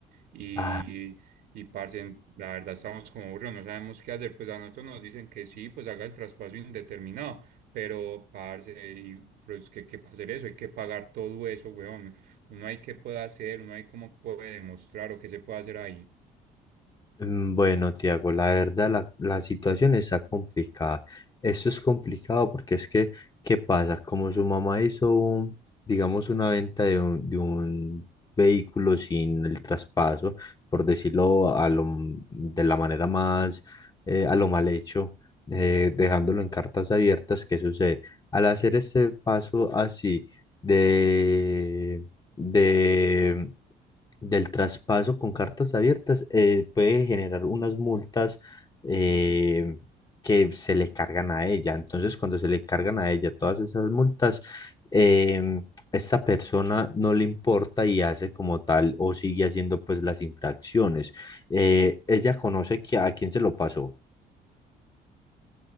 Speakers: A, on the right; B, on the left.
A: Y,
B: Ah,
A: y parce, la verdad estamos como burros no sabemos qué hacer, pues a nosotros nos dicen que sí, pues haga el traspaso indeterminado. Pero, parce, y, pero es que hay que hacer eso, hay que pagar todo eso, weón. Uno hay que puede hacer, uno hay cómo puede demostrar o qué se puede hacer ahí.
B: mm, bueno, Tiago, la verdad la, la situación está complicada. Esto es complicado porque es que, ¿qué pasa? Como su mamá hizo, un- digamos, una venta de un, de un vehículo sin el traspaso, por decirlo a lo, m- de la manera más, eh, a lo mal hecho, eh, dejándolo en cartas abiertas, ¿qué sucede? Al hacer este paso así de de, del traspaso con cartas abiertas eh, puede generar unas multas eh, que se le cargan a ella. Entonces, cuando se le cargan a ella todas esas multas, eh, esta persona no le importa y hace como tal o sigue haciendo pues las infracciones. Eh, ella conoce que a quién se lo pasó.